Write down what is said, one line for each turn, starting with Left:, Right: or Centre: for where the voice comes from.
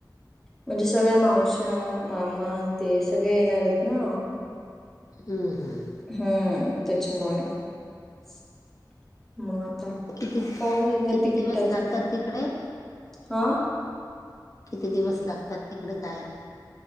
Centre: म्हणजे सगळ्या मावश्या मामा ते सगळे येणार आहेत ना
Left: हम् हम्
Centre: हम्म त्यांच्यामुळेच मग आता
Left: किती
Centre: पाहू आता
Left: किती
Centre: तिकिटाच
Left: दिवस लागतात
Centre: का
Left: तिकडे
Centre: आं
Left: किती दिवस लागतात तिकडे जायला